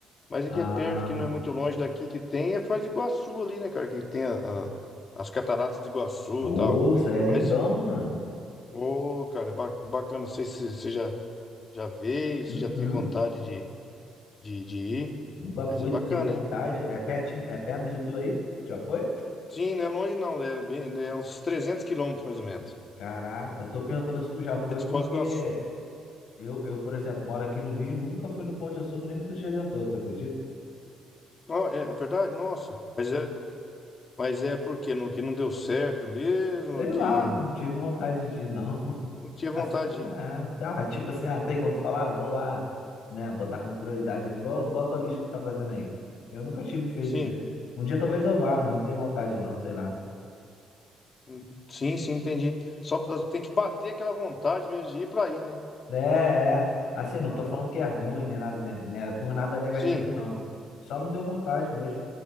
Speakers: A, on the left (about 40°); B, on the left (about 80°).
A: Mas
B: Ah,
A: aqui é perto, que não é muito longe daqui que tem é Foz do Iguaçu ali, né, cara, que tem a- a- as cataratas de Iguaçu,
B: Pô,
A: e tal.
B: isso aí é lindão,
A: Mas
B: mano.
A: ô, cara, ba- bacana, não sei se você já já veio, se
B: Uhum.
A: já tem vontade de, de, de ir,
B: Nunca fui,
A: mas é bacana,
B: tenho vontade.
A: hein?
B: É pertinho, é perto de tu aí? Já foi?
A: Sim, não é longe não, é, bem, é uns 300 quilômetros mais ou menos.
B: Caraca, tô perguntando se tu já foi
A: É de
B: porque
A: Foz do Iguaçu.
B: eu, eu, por exemplo, moro aqui no Rio, e nunca fui no Pão de Açúcar nem no Cristo Redentor, tu acredita?
A: Não, é verdade? Nossa. Mas é, mas é porque não, que não deu certo mesmo,
B: Sei
A: que
B: lá, não tive vontade de ir, não. <laughs>
A: não tinha vontade
B: Assim,
A: de
B: é,
A: ir.
B: tá, tipo assim, ah, tem quando falar, eu vou lá, né, botar como prioridade aqui, igual, igual a tua lista que tá fazendo aí. Eu nunca tive feito.
A: Sim,
B: é. Um dia talvez eu vá, mas não tenho vontade, não, sei lá.
A: hum, sim, sim, entendi. Só pra- tem que bater aquela vontade mesmo de ir para aí, né?
B: É, é. Assim, não tô falando que é ruim, nem nada, né, né, por nada negativo,
A: Sim,
B: não. Só não deu vontade mesmo.